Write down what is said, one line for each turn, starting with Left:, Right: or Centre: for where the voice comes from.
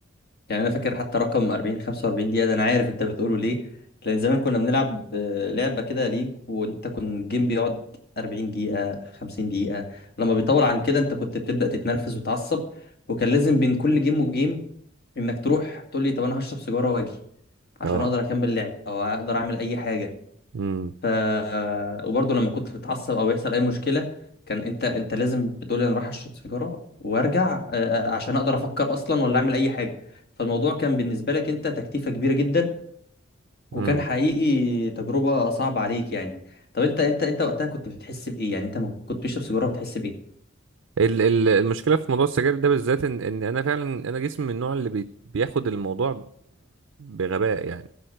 Left: يعني انا فاكر حتى رقم 40 45 دقيقه ده انا عارف انت بتقوله ليه لان زمان كنا بنلعب آه، لعبه كده ليج وانت كنت الجيم بيقعد 40 دقيقه 50 دقيقه لما بيطول عن كده انت كنت بتبدا تتنرفز وتعصب وكان لازم بين كل جيم وجيم انك تروح تقول لي طب انا هشرب سيجاره واجي عشان
Right: اه
Left: اقدر اكمل لعب او اقدر اعمل اي حاجه
Right: امم
Left: ف وبرضه لما كنت بتعصب او يحصل اي مشكله كان انت انت لازم بتقولي انا رايح اشرب سيجاره وارجع آه، آه، عشان اقدر افكر اصلا ولا اعمل اي حاجه فالموضوع كان بالنسبه لك انت تكتيفه كبيره جدا وكان
Right: امم
Left: حقيقي تجربه صعبه عليك يعني طب انت انت انت وقتها كنت بتحس بايه يعني انت لما كنت بتشرب سيجاره بتحس بايه
Right: ال- ال- المشكله في موضوع السجاير ده بالذات ان ان انا فعلا انا جسمي من النوع اللي بي- بياخد الموضوع بغباء يعني